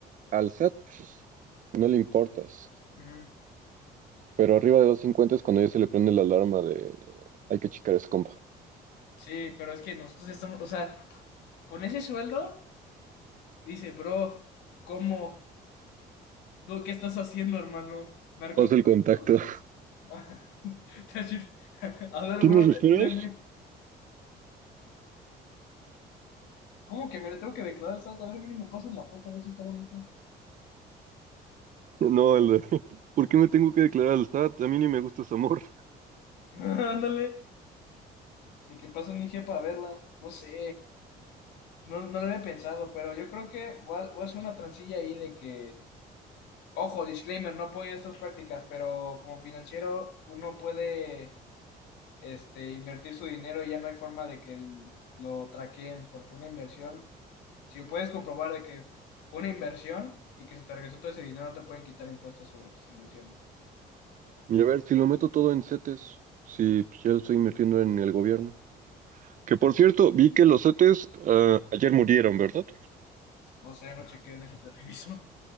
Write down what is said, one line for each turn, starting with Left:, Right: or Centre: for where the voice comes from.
Right: al SAT pues, no le importas.
Left: mm,
Right: Pero arriba de 250 es cuando ya se le prende la alarma de hay que checar ese compa.
Left: sí, pero es que nosotros ya estamos, o sea, con ese sueldo, dice, bro, ¿cómo? ¿Tú qué estás haciendo, hermano? ¿Narcotráfico?
Right: Haz el contacto. <laughs>
Left: <laughs> <laughs> A ver,
Right: ¿Tienes
Left: bro,
Right: refereos?
Left: espérenme. ¿Cómo que me lo tengo que declarar al SAT? A ver, mínimo, pasen la foto, a ver si está bonita.
Right: No, el de <laughs> ¿por qué me tengo que declarar al SAT? A mí ni me gusta ese amor.
Left: <laughs> Ándale. De que pasen IG para verla. No sé. No, no lo había pensado, pero yo creo que voy a, voy a hacer una transilla ahí de que. Ojo, disclaimer, no apoyo estas prácticas, pero como financiero uno puede este, invertir su dinero y ya no hay forma de que el- lo traqueen, porque una inversión, si puedes comprobar de que fue una inversión y que se te regresó todo ese dinero, no te pueden quitar impuestos sobre tus inversiones.
Right: Y a ver, si lo meto todo en CETES, si pues, ya lo estoy invirtiendo en el gobierno. Que por cierto, vi que los CETES ah, ayer murieron, ¿verdad?
Left: No sé, no chequé, déjate <laughs> reviso.